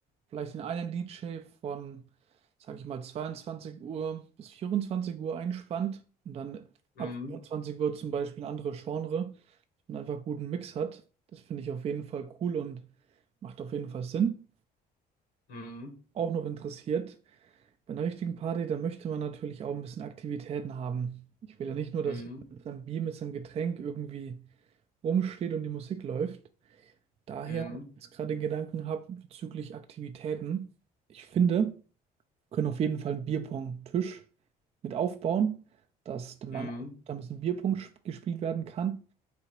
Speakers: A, on the right; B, on the left.
A: vielleicht den einen DJ von, sag ich mal, 22 Uhr bis 24 Uhr einspannt und dann
B: Mhm.
A: ab 20 Uhr zum Beispiel ein anderes Genre. und einfach guten Mix hat. Das finde ich auf jeden Fall cool und macht auf jeden Fall Sinn.
B: Mhm.
A: Auch noch interessiert, bei einer richtigen Party, da möchte man natürlich auch ein bisschen Aktivitäten haben. Ich will ja nicht nur,
B: Mhm.
A: dass jemand mit seinem Bier, mit seinem Getränk irgendwie rumsteht und die Musik läuft. Daher
B: Mhm.
A: jetzt gerade den Gedanken habe bezüglich Aktivitäten. Ich finde, wir können auf jeden Fall einen Bierpong-Tisch mit aufbauen, dass der
B: Mhm.
A: Mann, da ein bisschen Bierpong sp- gespielt werden kann